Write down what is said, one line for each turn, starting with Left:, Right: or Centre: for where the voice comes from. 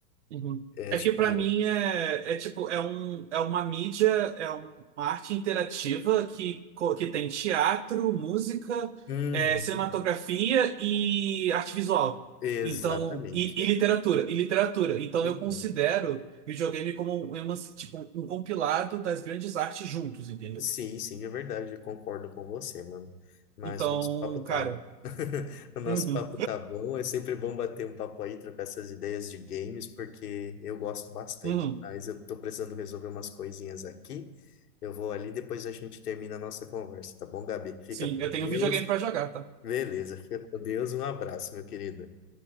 Right: Uhum.
Left: É
Right: É
Left: tipo,
Right: que pra mim é, é tipo, é, um, é uma mídia, é uma arte interativa que, co- que tem teatro, música,
Left: Uhum,
Right: é, cinematografia e arte visual.
Left: exatamente.
Right: Então, e, e literatura, e literatura. Então
Left: Uhum.
Right: eu considero videogame como um, é uma, tipo, um compilado das grandes artes juntos, entendeu?
Left: Sim, sim, é verdade, eu concordo com você, mano. Mas
Right: Então,
Left: o nosso papo tá
Right: cara,
Left: bom. <laughs> O nosso
Right: uhum,
Left: papo tá bom, é sempre bom bater um papo aí, trocar essas ideias de games, porque eu gosto bastante.
Right: uhum.
Left: Mas eu tô precisando resolver umas coisinhas aqui. Eu vou ali, depois a gente termina a nossa conversa, tá bom, Gabi? Fica
Right: sim,
Left: com
Right: eu
Left: Deus.
Right: tenho um videogame pra jogar, tá?
Left: Beleza, fica com Deus. Um abraço, meu querido.